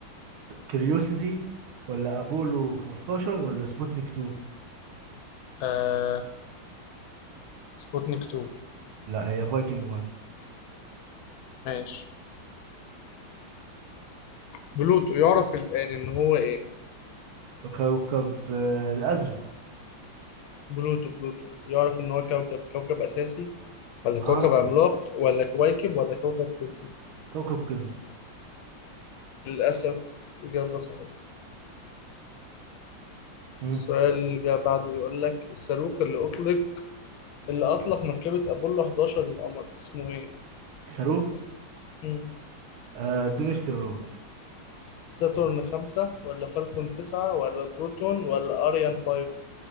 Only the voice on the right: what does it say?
كيوريوسيتي ولا ابولو 15 ولا سبوتنيك 2
لا هي فايكنج 1
كوكب آه، الازرق
اه
كوكب قزم
مم.
صاروخ
آه، اديني اختيارات